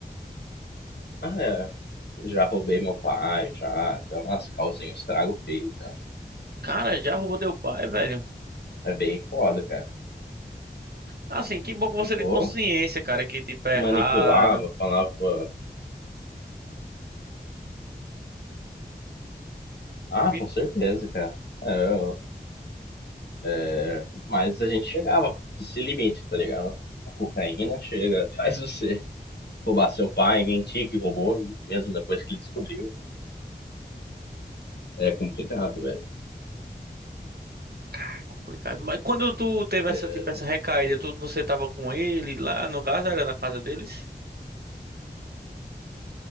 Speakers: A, on the left (about 75°); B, on the right (about 65°).
A: Ah, é, já roubei meu pai, já, já nas causei um estrago feio, já.
B: Cara, já roubou teu pai, velho?
A: É bem foda, cara.
B: Assim, que bom que você
A: Ou
B: tem consciência, cara, que tipo é
A: manipulava,
B: errado.
A: falava, ah,
B: Vi-
A: com certeza, cara. É, É, Mas a gente chegava esse limite, tá ligado? A cocaína chega, <laughs> faz você roubar seu pai, mentir que roubou, mesmo depois que ele descobriu. É complicado, velho.
B: Cara, complicado. Mas quando tu teve essa,
A: É.
B: tipo, essa recaída, tu, você tava com ele lá, no caso era na casa deles?